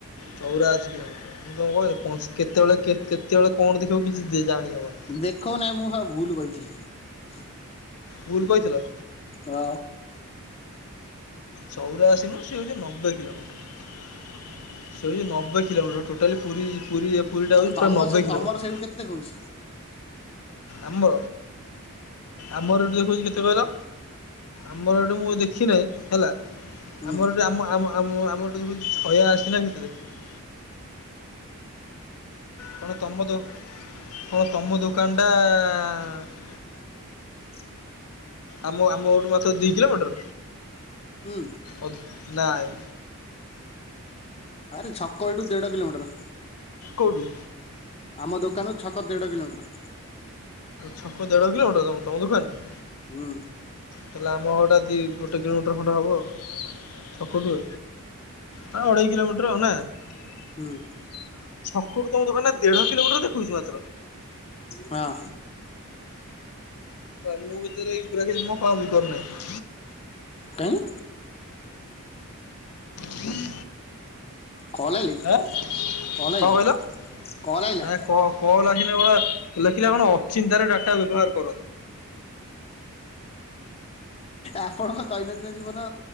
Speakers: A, on the left; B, on the left.
A: ଚଉରାଶି କିଲୋମିଟର ମୁଁ ତମକୁ କହିଲି କେତେବେଳେ କେତେବେଳେ କଣ ଦେଖେଇବ କିଛି ଜାଣିହବନି।
B: ଦେଖଉ ନାଇଁ ମୁଁ ଆଉ ଭୁଲ କହିଥିଲି।
A: ଭୁଲ କହିଥିଲ।
B: ହ।
A: ଚଉରା ଅଶି ନୁହ ସେ ହଉଛି ନବେ କିଲୋମିଟର। ସେ ହଉଛି ନବେ କିଲୋମିଟର, ଟୋଟାଲି ପୁରୀ ପୁରୀ ପୁରୀ ଟା ହଉଛି
B: ତମ
A: ନବେ
B: ସେ ତମର
A: କିଲୋମିଟର।
B: ସେଇଠୁ କେତେ ଦେଖୋଉଚି?
A: ଆମ୍ବ ଆମର ଏଠି ଦେଖଉଛି କେତେ କହିଲ? ଆମର ଏଇଟୁ ମୁଁ ଦେଖି ନେହିଁ ହେଲା।
B: ହୁଁ
A: ଆମର ଏଟି ଆମ ଆମର ଏଠୁ ଛଇଆ ଅଶି ନା କେତେ ଦେଖୋଉଚି। କଣ ତମ ଦୁ କଣ ତମ ଦୋକାନ ଟା
B: <unintelligible>
A: ଆମ ଆମ ଗୋଠୁ ମାତ୍ର ଦି କିଲୋମିଟର।
B: ହୁଁ
A: ଅ ନାଇ।
B: ଆରେ ଛକ ଏଇଠୁ ଦେଢ କିଲୋମିଟର।
A: କୋଉଠୁ?
B: ଆମ ଦୋକାନ ଛକ ଦେଢ କିଲୋମିଟର।
A: ଛକ ଦେଢ କିଲୋମିଟର ତମ ତମ ଦୋକାନ।
B: ହୁଁ।
A: ତାହେଲେ ଆମ ଘରଟା ଦି ଗୋଟେ କିଲୋମିଟର ଖଣ୍ଡେ ହବ ଛକୁଠୁ। ହଁ ଅଢ଼େଇ କିଲୋମିଟର ହଉ ନା ଛକ
B: ହୁଁ।
A: କୁ ତ ମାନେ ଦୋକାନ ଦେଢ କିଲୋମିଟର ଦେଖଉଛି ମାତ୍ର।
B: ହଁ।
A: ମୁଁ ଭିତରେ ଏଇଗୁରା କି କମ ବି କରୁନାହିଁ।
B: କାଇଁ।
A: ହୁଁ
B: କଲ୍ ଆଇଲା
A: ଆଁ
B: କି
A: କଣ
B: କଲ୍
A: କହିଲ?
B: ଆଇଲା କଲ୍ ଆଇଲା
A: ନାଇଁ କଲ୍ ଆସିନି ପରା ଲେଖିଲା କଣ ଅଚିନ୍ତାରେ ଡାଟା ବ୍ୟବହାର କର।
B: ଆପଣଙ୍କ ଦୈନନ୍ଦିନ ଜୀବନ